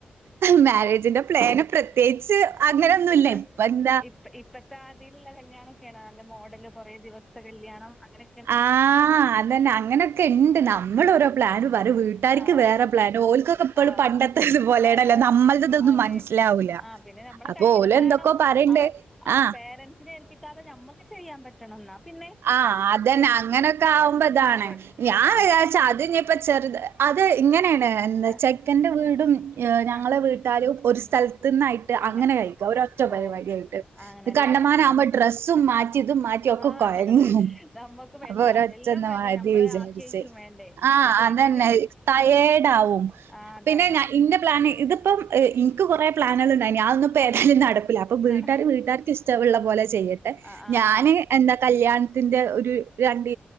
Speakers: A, on the right; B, in the centre.
A: ഇഹ്, മാരേജിന്റെ പ്ലാന് പ്രത്യേകിച്ച് അങ്ങനൊന്നുല്ല.
B: <unintelligible>
A: ഇപ്പൊ എന്താ
B: ഇപ്പത്തെ ആതില്ള്ള കല്യാണക്കെയാണ് നല്ല മോഡല് കുറേ ദിവസത്തെ കല്യാണം അങ്ങെനെ
A: ആഹ് അതന്നെ അങ്ങനൊക്കെണ്ട് നമ്മളൊരു പ്ലാന് <unintelligible> വീട്ടാര്ക്ക്
B: ആഹ്
A: വേറെ പ്ലാന് ഓൽക്കൊക്കെപ്പളും
B: ആഹ്
A: പണ്ടത്തെത് പോലെടല്ലന്ന്
B: അതെ
A: നമ്മൾത് തൊന്നും
B: അതെ
A: മനസ്- ലാവൂല
B: ആഹ് പിന്നെ നമ്മളെ
A: അപ്പൊ
B: കയ്യില്
A: ഓലെന്തൊക്കൊ
B: വേണം
A: പറണ്ട്
B: അവർ ആഹ്
A: ആ
B: പേരൻസിനെ <unintelligible> ഞമ്മക്ക് ചെയ്യാൻ പറ്റ്- ട്ടണം ന്നാപിന്നെ
A: ആഹ് അതന്നെ അങ്ങനൊക്കാവുമ്പതാണ്
B: അതെ
A: ഞാൻ
B: അതാണ്
A: വിചാര്ച്ച അത്ഞ്ഞ് ഇപ്പ ചെറുത് അത് ഇങ്ങെനാണ് എന്താച്ചെക്കന്റെ
B: ആഹ്
A: വീടും ഞങ്ങളെ
B: ആഹ്
A: വീട്ടാ എല്ലാരുംഒരു സ്ഥലത്ത്ന്നായിട്ട്
B: അങ്ങെ
A: അങ്ങനെ കഴിക്കാം ഒരൊറ്റ പരിവാടിയായിട്ട്
B: ഓ ആണല്ലേ
A: കണ്ടമാനവുമ്പ
B: ആഹ്
A: ഡ്രസ്സും മാറ്റിംതും മാറ്റി ഒക്കെ
B: ആഹ്
A: കൂ കോയങ്ങും
B: അതാണ് നമ്മക്കും
A: അപ്പൊ
B: എല്ലാ
A: ഒരൊറ്റൊന്ന്മതി
B: എല്ലാം വേണ്ടേ നമ്മളെ
A: വിചാര്ച്ച്
B: ആക്കിയേച്ചും വേണ്ടേ
A: ആഹ്
B: ന്നാ വീട്ടില്
A: അതന്നെ ട്ടയേടാവും
B: ആഹ് അതാണ്
A: പിന്നെ ഞ ഇന്റെ പ്ലാന് ഇതിപ്പം ഇൻ ൻക് കുറേ പ്ലാനുകൾണ്ടായ്നി അതൊന്നുപ്പോ
B: ആഹ്
A: ഏതായാലും നടക്കൂല അപ്പോ വീട്ടാര്
B: നട
A: വീട്ടാര്ക്ക് ഇഷ്ടള്ള പോലെ ചെയ്യ
B: ആഹ് ആഹ്
A: ഞാന്
B: ആഹ്
A: എന്താ കല്യാൺത്തിന്റെ ഒരു രണ്ട്